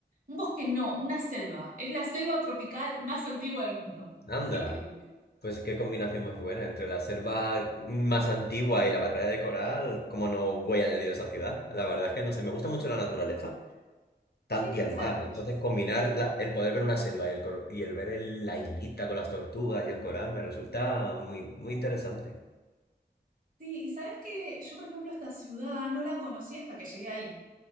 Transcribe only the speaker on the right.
un bosque no, una selva. Es la selva tropical más antigua del mundo.
Increíble.
Sí,
y
sabes
que yo,
sí, y sabes que yo, por ejemplo, esta ciudad no la conocí hasta que llegué ahí.